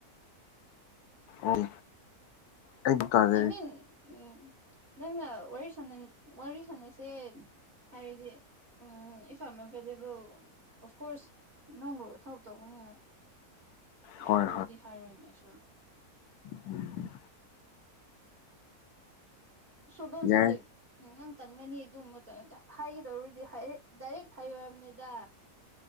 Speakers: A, on the left; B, on the right.
A: ꯑꯣ ꯑꯩ ꯚꯥꯞ ꯇꯥꯖꯔꯦ
B: ꯑꯥꯏ ꯃꯤꯟ ꯎ ꯅꯪꯅ ꯋꯥꯔꯤ ꯁꯥꯅ ꯋꯥꯔꯤ ꯁꯥꯟꯅꯁꯦ ꯍꯥꯏꯕꯗꯤ ꯎꯝ ꯏꯐꯥꯝꯐꯦꯂꯦꯕꯨ ꯑꯣꯐ ꯀꯣꯔꯁ ꯅꯪꯕꯨ ꯍꯦꯜꯞ ꯇꯧꯕꯅꯤꯅ
A: ꯍꯣꯏ
B: ꯌꯥꯔꯣꯏꯗꯤ ꯍꯥꯏꯔꯣꯏꯅꯦ ꯑꯩꯁꯨ
A: ꯎꯝ
B: ꯁꯨꯕꯟꯁꯤꯔꯣꯏ
A: ꯌꯥꯏ
B: ꯎꯝ ꯅꯪ ꯇꯟꯒꯅꯤ ꯑꯗꯨ ꯍꯥꯏꯒꯗꯧꯔꯗꯤ ꯗꯥꯏꯔꯦꯛ ꯍꯥꯏꯌꯣ ꯍꯥꯏꯕꯅꯤꯗ